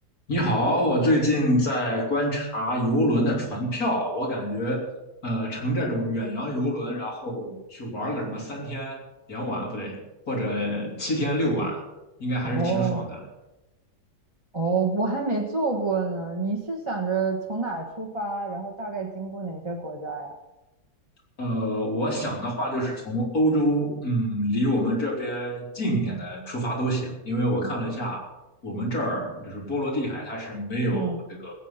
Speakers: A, on the left (about 55°); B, on the right (about 20°).
A: 你好，我最近在观察游轮的船票，我感觉，呃，乘这种远洋游轮，然后去玩个什么三天两晚，不对，或者七天六晚，应该还是挺爽的。
B: 哦哦，我还没做过呢。你是想着从哪儿出发，然后大概经过哪些国家呀？
A: 呃，我想的话就是从欧洲，嗯，离我们这边近一点的出发都行，因为我看了一下，我们这儿就是波罗的海，它是没有这个
B: 嗯，